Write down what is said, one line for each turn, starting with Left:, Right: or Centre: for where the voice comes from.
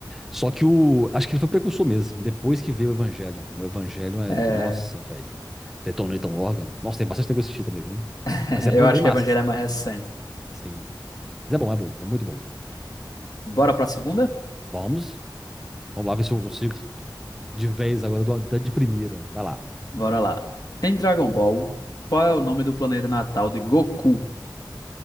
Centre: Só que o. Acho que ele foi precursor mesmo. Depois que veio o Evangelion. O Evangelion é.
Left: É,
Centre: Nossa, velho. Detonator Organ. Nossa, tem bastante negócio assistir também, viu?
Left: <laughs>
Centre: Mas é bom,
Left: eu acho
Centre: bem
Left: que
Centre: massa,
Left: o Evangelho é
Centre: assim.
Left: mais recente.
Centre: Sim. Mas é bom, é bom. É muito bom.
Left: Bora pra segunda?
Centre: Vamos. Vamos lá ver se eu consigo de vez agora do- da de primeira. Vai lá.
Left: Bora lá. Em Dragon Ball, qual é
Centre: Hum.
Left: o nome do planeta natal de Goku?